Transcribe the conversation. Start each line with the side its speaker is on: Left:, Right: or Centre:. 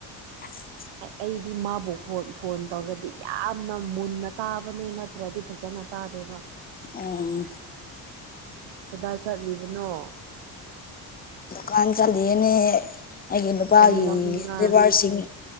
Left: <inaudible>
Right: ꯑꯩꯗꯤ ꯃꯥꯕꯨ ꯐꯣꯟ ꯇꯧꯔꯗꯤ ꯌꯥꯝꯅ ꯃꯨꯟꯅ ꯇꯥꯕꯅꯦ ꯅꯠꯇ꯭ꯔꯗꯤ ꯐꯖꯅ ꯇꯥꯗꯕ
Left: ꯑꯣ
Right: ꯀꯗꯥꯏ ꯆꯠꯂꯤꯕꯅꯣ
Left: ꯗꯨꯀꯥꯟ ꯆꯑꯅꯦ ꯑꯩꯒꯤ ꯅꯨꯄꯥꯒꯤ
Right: ꯀꯔꯤ ꯂꯧꯅꯤꯡꯉꯥꯏ
Left: ꯂꯦꯕꯔꯁꯤꯡ